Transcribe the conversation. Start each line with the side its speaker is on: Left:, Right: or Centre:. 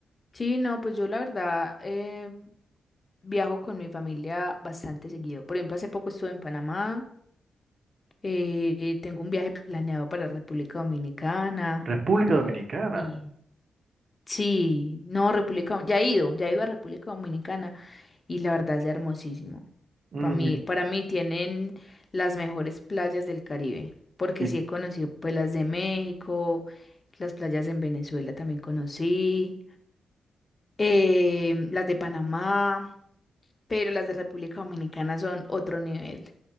Left: sí, no, pues yo la verdad eh, viajo con mi familia bastante seguido. Por ejemplo, hace poco estuve en Panamá. eh, tengo un viaje planeado para República Dominicana.
Right: República Dominicana.
Left: Y sí, no, República, Dom- ya he ido, ya he ido a República Dominicana y la verdad es hermosísimo.
Right: Mm,
Left: Para mí,
Right: ¿y,
Left: para mí tienen las mejores playas del Caribe, porque
Right: y
Left: sí he conocido pues las de México, las playas en Venezuela también conocí, eh, las de Panamá, pero las de República Dominicana son otro nivel.